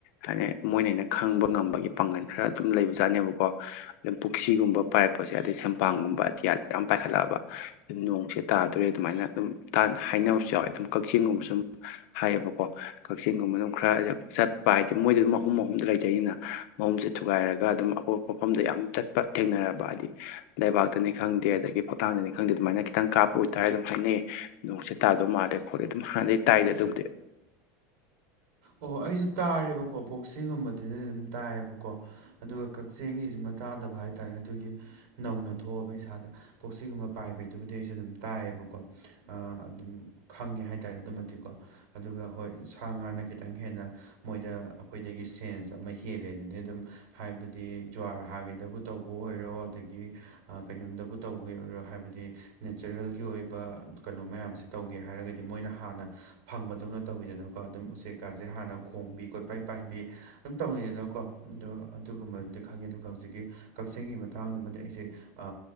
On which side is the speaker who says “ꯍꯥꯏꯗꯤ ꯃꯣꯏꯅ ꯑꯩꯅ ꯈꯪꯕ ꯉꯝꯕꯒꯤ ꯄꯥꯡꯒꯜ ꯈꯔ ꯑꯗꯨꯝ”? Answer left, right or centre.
Left